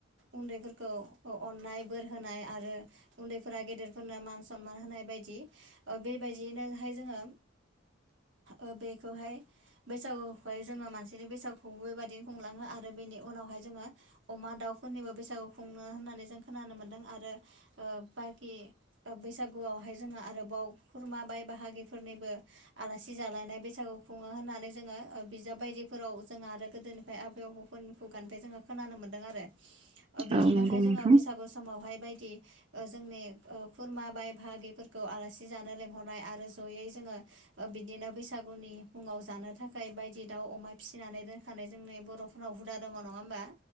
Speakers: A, on the right (about 70°); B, on the right (about 30°).
A: उन्दैफोरखौ अननाय बोर होनाय आरो उन्दैफोरा गेदेरफोरनो मान सनमान होनाय बायदि ओ बेबायदियैनोहाय जोङो ओ बेखौहाय बैसागुखौहाय जोङो मानसिनि बैसागुबोबायाददिनो हुंलाङो आरो बेनि उनावहाय जोङो अमा दाउफोरनिबो बैसागु खुंनो होननानै जों खोनानो मोन्दों आरो बाखि बैसागुआवहाय जोङो आरोबाव खुरमा बाय बाहागिफोरनिबो आलासि जालायनाय बैसागु खुङो होननानै जोङो बिजाब बायदिफोराव जोङो आरो गोदोनिफ्राय आबै आबौ मोनखौ गानफै जोङो खोनानो मोन्दों आरो
B: <inaudible>
A: बिदिनोहाय
B: नंगौ
A: जोङो
B: नोंथां
A: बैसागु समावहाय बायदि जोंनि खुरमा बाय बाहागिफोरखौ आलासि जानो लेंंहरनाय आरो जयै जोङो बिदिनो बैसागुनि मुङाव जानो थाखाय बायदि दाउ अमा फिसिनानै दोनखानाय जोंनि बर' उनाव हुदा दङ नङा होमबा